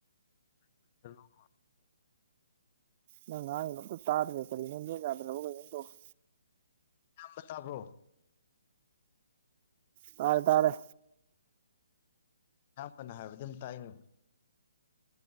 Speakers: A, on the left; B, on the right.
A: <unintelligible>
B: ꯅꯪ ꯉꯥꯡꯉꯤꯗꯨ ꯑꯝꯇ ꯇꯥꯗ꯭ꯔꯦ ꯀꯔꯤꯅꯣ ꯅꯦꯠ ꯌꯥꯗ꯭ꯔꯕ ꯀꯩꯅꯣꯝ ꯇꯧꯔꯦ꯫
A: ꯏꯌꯥꯝ ꯇꯥꯕꯔꯣ
B: ꯇꯥꯔꯦ ꯇꯥꯔꯦ
A: <unintelligible> ꯍꯥꯏꯕꯗꯤ ꯑꯗꯨꯝ ꯇꯥꯏꯅꯤ